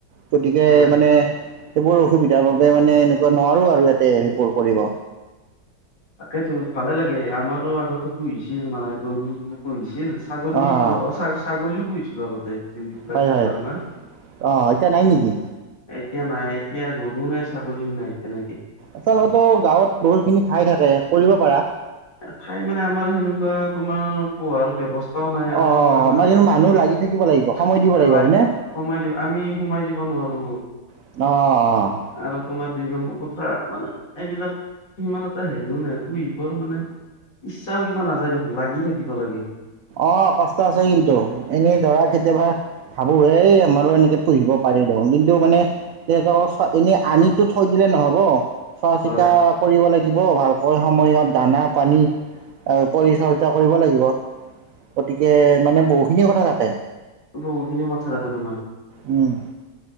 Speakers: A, on the right; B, on the left.
A: গতিকে
B: হয়
A: মানে। সেইবোৰ অসুবিধাৰ বাবে মানে এনেকুৱা নোৱাৰো আৰু ইয়াতে সেইবোৰ কৰিব।
B: তাকেইতো ভালে লাগে আমাৰো আগতে পুহিছিল মানে গৰু পুহিছিল। ছাগলী
A: অ',
B: প ছাগলীও পুহিছিলোঁ। আগতে দুই বাাৰ
A: হয়,
B: তিনিবাৰমান
A: হয় অ এতিয়া নাই নেকি?
B: এতিয়া নাই এতিয়া গৰুও, নাই ছাগলীও নাই তেনেকে
A: আচলোকো গাঁৱত বহুত খিনি ঠাই থাকে কৰিব পাৰা।
B: ঠাই মানে আমাৰ সেনেকুৱা তোমাৰ পো়াৰ ব্যৱস্থা নাই আৰু
A: অ',
B: আমাৰ
A: আমাৰ কিন্তু মানুহ লাগি থাকিব লাগিব সময় দিব লাগিব
B: লাগি
A: হয়নে?
B: সমমাই দিওঁ। আমি সোমাই দিব নোৱাৰো।
A: অঁ অঁ
B: আৰু তোমাৰ দুই নম্বৰ কথা মানে এইবিলাক। ইমান এটা হেৰিও নাই তোৰ বৰ মানে ইচ্ছাও কিবা নাযায় দেখোন লাগি থাকিব লাগে।
A: অ কষ্ট আছে কিন্তু এনেই ধৰা কেতিয়াবা। ভাবো হে আমাৰো এনেকে পুহিব পাৰি ন কিন্তু মানে। তেহতক চ এনেই আনিতো থৈ দিলে নহব চোৱা
B: হয়
A: চিতা কৰিব লাগিব ভালকৈ সময়ত দানা- পানী পৰিচৰ্যা কৰিব লাগিব। গতিকে মানে বহুখিনিয়ি কথা থাকে।
B: <unintelligible> মথা ৰাখে তোমাৰ।
A: উম।